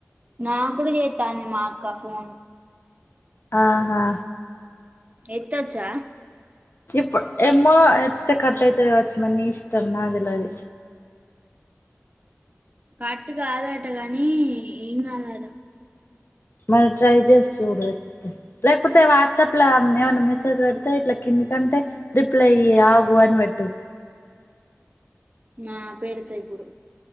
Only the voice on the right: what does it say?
నా కూడా చేత్తాంది మా అక్క ఫోన్
ఎత్తోచ్చా
కట్ కాదాట గనీ ఏం కాదాడా
ఆ పెడతా ఇప్పుడు